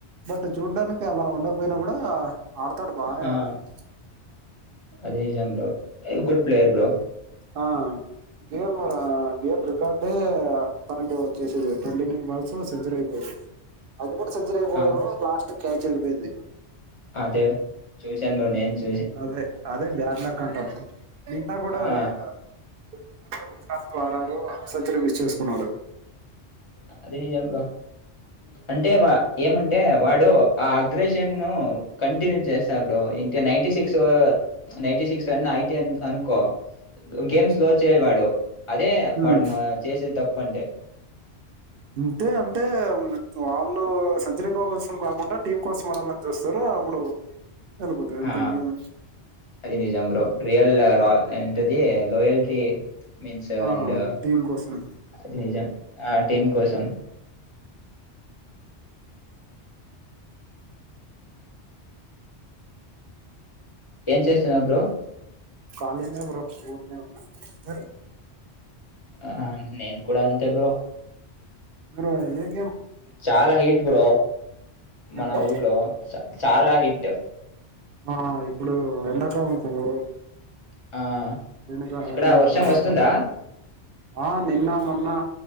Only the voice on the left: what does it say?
ఆ!
అది నిజాం bro a good player bro
ఆ!
అదే చూసాన్ బ్రో నాన్జ్
ఆ!
అది నిజం బ్రో అంటే వా ఏమంటే వాడు ఆ అగ్రెషన్ను కంటిన్యూ చేస్తా బ్రో ఇంక ninety six <unintelligible> ninety six ten ninety అ అనుకో గేమ్ స్లో చేయడు వాడు. అదే
వాడు మా చేసేతప్పు. ప్పంటే
ఆ
అది నిజం బ్రో రియల్ రా ఏంటది లోయల్టీ మీన్స్
అండ్
అది నిజం ఆ టీం కోసం ఏం చేస్తూనావ్ బ్రో
ఆ నేను కూడా అంతే బ్రో
చాలా హీట్ బ్రో మన
ఊర్లో చాలా హీట్.
ఆ
అక్కడ వర్షం
వస్తుందా?